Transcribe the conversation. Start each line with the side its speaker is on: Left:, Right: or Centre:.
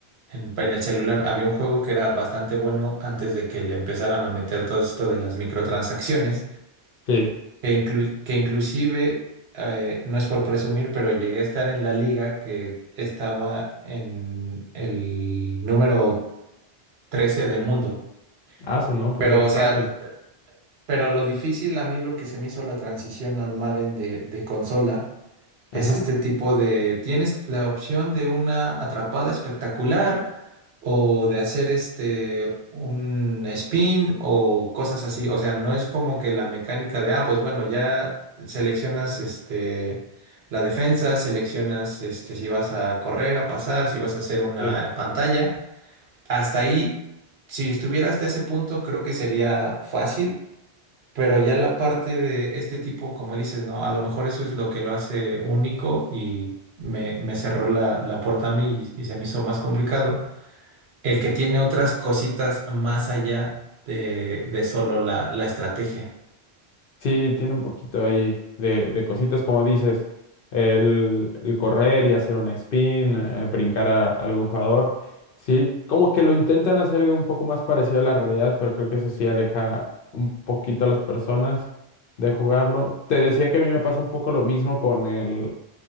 Right: en, en el celular. Había un juego que era bastante bueno antes de que le empezaran a meter todo esto de las microtransacciones,
Left: Sí.
Right: que, inclu- que inclusive, eh, no es por presumir, pero llegué a estar en la liga que estaba en el número 13 del mundo.
Left: Ah, eso no, pues
Right: Pero,
Left: bastante.
Right: o sea, Pero lo difícil a mí lo que se me hizo la transición al Madden de, de consola es
Left: Ajá.
Right: este tipo de, tienes la opción de una atrapada espectacular o de hacer este un spin o cosas así. O sea, no es como que la mecánica de, ah, pues bueno, ya seleccionas este la defensa, seleccionas este si vas a correr, a pasar, si vas a hacer una
Left: Sí.
Right: pantalla. Hasta ahí, si estuviera hasta ese punto, creo que sería fácil pero ya
Left: Ok.
Right: la parte de este tipo, como dices, ¿no? A lo mejor eso es lo que lo hace único y me, me cerró la, la puerta a mí y, y se me hizo más complicado. El que tiene otras cositas más allá de, de solo la, la estrategia.
Left: Sí, tiene un poquito ahí de, de cositas, como dices, el, el correr y hacer un spin, eh, brincar a, a algún jugador. Sí, como que lo intentan hacer un poco más parecido a la realidad, pero creo que eso sí aleja un poquito a las personas de jugarlo. Te decía que a mí me pasa un poco lo mismo con el,